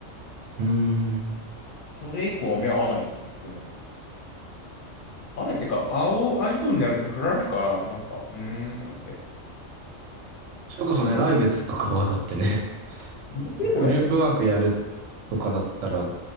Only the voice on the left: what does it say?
それ以降は目合わないっすね。合わないっていうか、青、合いそうになるとフられるから、なんか、うーん、と思って。
うん。
どうするこれと思って。